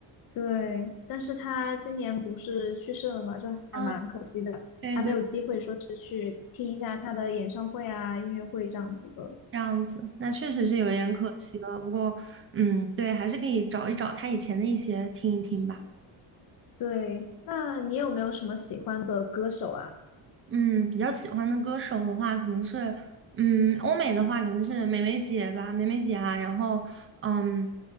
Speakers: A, on the left (about 45°); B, on the right (about 30°).
A: 对，但是他今年不是去世了嘛，就还蛮可惜的，
B: 嗯，
A: 还没有机会说去
B: 对对。
A: 听一下他的演唱会啊、音乐会这样子的。
B: 这样子，那确实是有点可惜了。不过，嗯，对，还是可以找一找他以前的一些听一听吧。
A: 对，那你有没有什么喜欢的歌手啊？
B: 嗯，比较喜欢的歌手的话，可能是，嗯，欧美的话可能是梅梅姐吧，梅梅姐啊。然后，嗯